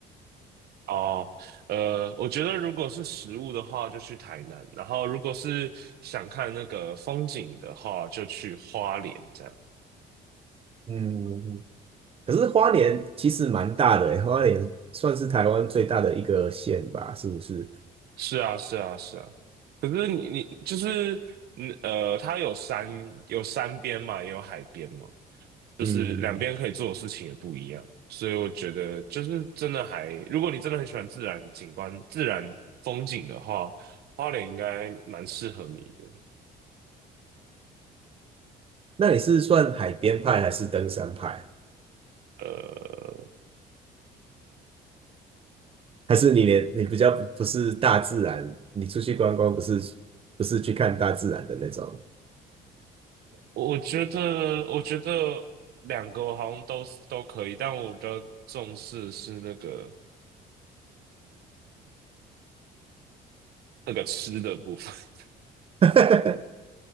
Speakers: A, on the right (about 70°); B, on the right (about 35°).
A: 哦，呃，我觉得如果是食物的话，就去台南；然后如果是想看那个风景的话，就去花莲。这样
B: 嗯，可是花莲其实蛮大的欸，花莲算是台湾最大的一个县吧，是不是？
A: 是啊，是啊，是啊。可是你你就是嗯呃，它有山有山边嘛，也有海边嘛。就是两边可以做的事情也不一样，
B: 嗯，
A: 所以我觉得就是真的还，如果你真的很喜欢自然景观、自然风景的话，花莲应该蛮适合你的。
B: 那你是算海边派还是登山派？
A: 呃，
B: 还是你连你比较不不是大自然，你出去观光不是不是去看大自然的那种？
A: 我觉得，我觉得两个我好像都是都可以，但我比较重视是那个那个吃的部分。<laughs>
B: <laughs>